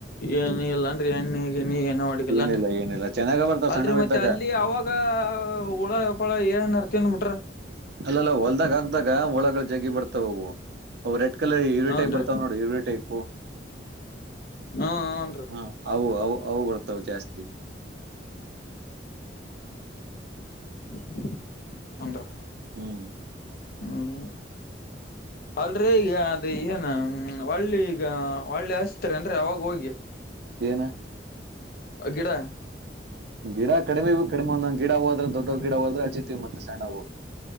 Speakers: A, on the left; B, on the right.
A: ಏನು ಇಲ್ಲನ್ರ ಎಣ್ಣ ಗಿನ್ನಿ ಏನ ಹೊಡಗಿಲ್ಲ
B: ಏನಿಲ್ಲ
A: ಅನ್ರಿ
B: ಏನಿಲ್ಲ
A: <inaudible>
B: ಚೆನ್ನಾಗ ಬರ್ತಾವ
A: ಅಲ್ರರಿ
B: ಸಣ್ಣವ
A: ಮತ್ತೆ
B: ಇದ್ದಾಗ
A: ಅಲ್ಲಿ ಅವಾಗ. ಈಗ... ಹುಳಪಳ ಏನ್ರ ತಿಂದ ಬಿಟ್ರ.
B: ಅಲ್ಲಅಲ್ಲ ಹೊಲ್ದಾಗ ಅಕ್ದಾಗ ಹುಳಗಳ ಜಗ್ಗಿ ಬರ್ತಾವ ಅವು ಅವ ರೆಡ್ ಕಲ್ಲ ಇರವೇ
A: ಹೂನ್ರಿ
B: ಟೈಪ್ ಬರ್ತಾವ ನೋಡಿ ಇರವೇ ಟೈಪು
A: ಹ್ಮ ಹ್ನ್ ರೀ.
B: ಹಾ ಅವು ಅವು ಅವು ಬರ್ತಾವ ಜಾಸ್ತಿ.
A: <unintelligible> ಅಂದ್ರ
B: ಹ್ಮ್.
A: ಹ್ಮ್ <inaudible> ಅಲ್ರೀ ಈಗ. ಅದೇ ಏನ ಒಳ್ಳಿ ಈಗ ಒಳ್ಳೆ ಅಸ್ತಾರೆ ಏನ್ ರಿ ಅವಾಗ ಹೋಗಿ.
B: ಏನ
A: ಗಿಡ.
B: ಗಿಡ ಕಡಿಮೆ ಕಡಿಮೆ ಒಂದ ಒಂದ ಹೋದ್ರೆ ದೊಡ್ಡ ಗಿಡ ಹೋದ್ರ ಅಚ್ಚ್ತಿವಿ ಮತ್ತೆ ಸಣ್ಣವು.